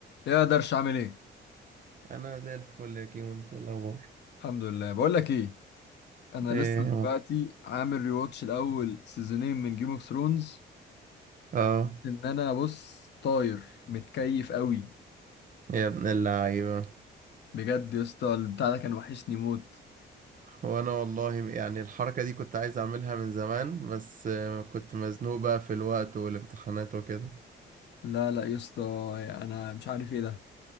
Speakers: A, on the left; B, on the right.
A: يا درش عامل ايه
B: انا زي الفل يا كيمو انت إيه الاخبار
A: الحمد لله بقول لك ايه انا
B: ايه
A: لسه دلوقتي عامل ريواتش الاول سيزونين من جيم اوف ثرونز
B: اه
A: ان انا بص طاير متكيف قوي
B: يا ابن اللعيبه
A: بجد يا اسطى البتاع ده كان وحشني موت
B: وانا والله يعني الحركه دي كنت عايز اعملها من زمان بس آه، كنت مزنوق بقى في الوقت والامتحانات وكده
A: لا لا يا اسطى انا مش عارف ايه ده